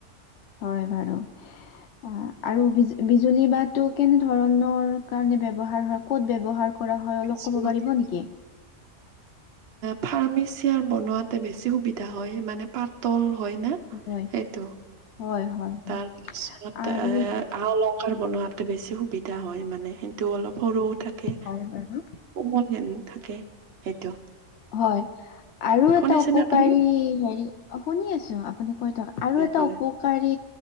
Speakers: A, on the left; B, on the right.
A: হয় বাৰু অ আৰু বি বিজুলী বাঁহটো কেনে ধৰণৰ কাৰণে ব ক'ত ব্যৱহাৰ কৰা হয়
B: বিজুলী
A: অলপ ক'ব পাৰিব নেকি
B: ফাৰ্নিচিয়াৰ বনোৱাতে বেছি সুবিধা হয় মানে পাতল হয় ন
A: হয়,
B: সেইটো
A: হয়, হয়, হয়।
B: তাৰপিছত
A: আৰু
B: এ আ- অলংকাৰ বনোৱাতে বেছি সুবিধা হয় মানে সেইতো অলপ সৰুও থাকে
A: হয়
B: কোমল
A: বাৰু।
B: হেন থাকে সেইটো
A: হয় আৰু এটা
B: শুনিছেনে
A: উপকাৰী
B: আপুনি
A: হেৰি শুনি আছো আপুনি থকা
B: হয়
A: আৰু এটা
B: হয়
A: উপকাৰী